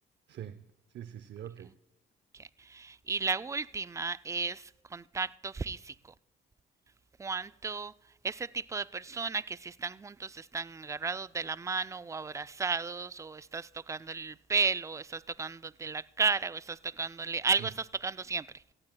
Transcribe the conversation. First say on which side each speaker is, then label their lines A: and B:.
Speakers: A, on the right; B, on the right.
A: sí, sí, sí, sí, ok,
B: Ok, ok. Y la última es contacto físico. cuánto ese tipo de persona que si están juntos están agarrados de la mano o abrazados o estás tocando el pelo o estás tocándote la cara o estás tocándole algo
A: sí.
B: estás tocando siempre.